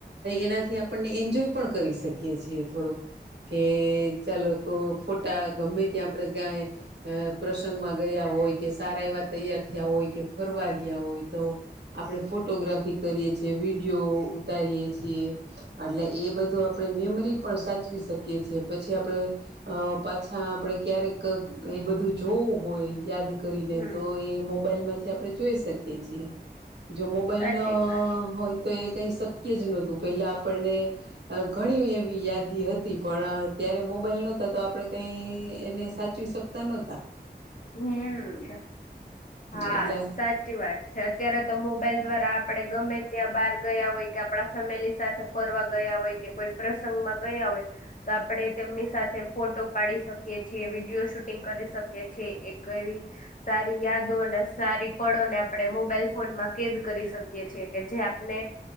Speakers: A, on the right; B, on the left.
A: એનાથી આપણને એન્જોય પણ કરી શકીએ છીએ થોડુંક કે ચાલો ફોટા ગમે ત્યાં આપડે ક્યાંય અ પ્રસંગમાં ગયા હોય કે સારા એવા તૈયાર થયા હોય કે ફરવા ગયા હોય તો આપણે ફોટોગ્રાફી કરીએ છીએ વિડીયો ઉતારીએ છીએ એટલે એ બધું આપણે મેમરી પણ સાચવી શકીએ છીએ પછી આપણે પાછા આપડે ક્યારેક એ બધું જોવું હોય યાદ કરીને
B: હમ
A: તો એ મોબાઈલ માંથી આપણે જોઈ શકીએ છીએ જો મોબાઈલ
B: સાચી
A: ના
B: વાત
A: ક શક્ય જ નતું પેલા આપણને ઘણી એવી યાદી હતી પણ ત મોબાઈલ નતા તો આપડે કઈ એને સાચવી શકતા નહતા
B: હમ હા
A: એટલે
B: સાચી વાત છે અત્યારે તો મોબાઈલ દ્વારા આપડે ગમે ત્યાં બહાર ગયા હોય કે આપણા ફેમિલી સાથે ફરવા ગયા હોય કે કોઈ પ્રસંગ માં ગયા હોય આપડણે તેમની સાથે ફોટો પાડી શકીએ છીએ વિડીયો શૂટિંગ કરી શકીએ છએ છે એક એવી સારી યાદો અને સારી પળોને આપણે મોબાઈલ ફોનમાં કેદ કરી રાકીયે છે કે જે આપણે